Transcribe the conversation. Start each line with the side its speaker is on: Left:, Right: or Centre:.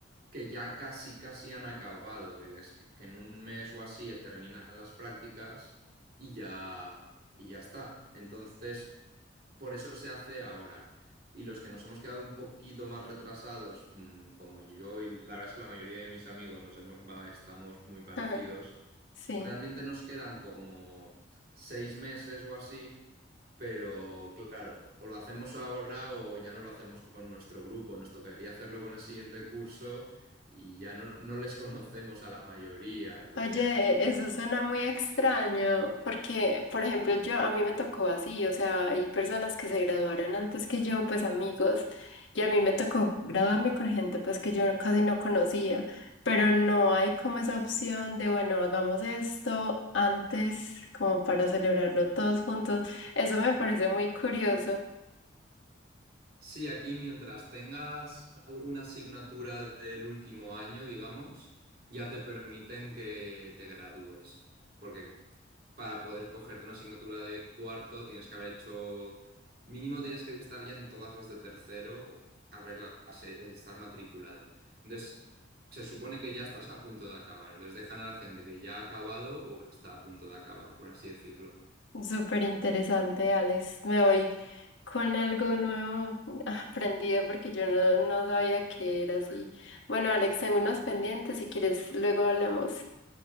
Right: que ya casi, casi han acabado, que les, que, que en un mes o así terminan las prácticas y ya, y ya está. Entonces, por eso se hace ahora. Y los que nos hemos quedado un poquito más retrasados, mm, como yo y la verdad es que la mayoría de mis amigos nos hemos, va, estamos muy parecidos,
Left: <laughs> Ajá. Sí.
Right: realmente nos quedan como seis meses o así pero claro, o lo hacemos ahora o ya no lo hacemos con nuestro grupo. Nos tocaría hacerlo con el siguiente curso y ya no, no les conocemos a la mayoría. Entonces,
Left: Oye, eso suena muy extraño, porque, por ejemplo, yo, a mí me tocó así, o sea, hay personas que se graduaron antes que yo, pues amigos, y a mí me tocó graduarme con gente pues que yo casi no conocía, pero no hay como esa opción de, bueno, hagamos esto antes, como para celebrarlo todos juntos. Eso me parece muy curioso.
Right: Sí, aquí mientras tengas alguna asignatura del último año, digamos, ya te permiten que te gradúes. Porque para poder cogerte una asignatura de cuarto tienes que haber hecho, mínimo tienes que estar ya en todas las de tercero o haberlas, eh, estar matriculado. Entonces, se supone que ya estás a punto de acabar. Entonces dejan a la gente que ya ha acabado o está a punto de acabar, por así decirlo.
Left: Súper interesante, Alex. Me voy con algo nuevo <laughs> aprendido porque yo no, no sabía que era así. Bueno, Alex, tengo unos pendientes. Si quieres, luego hablamos.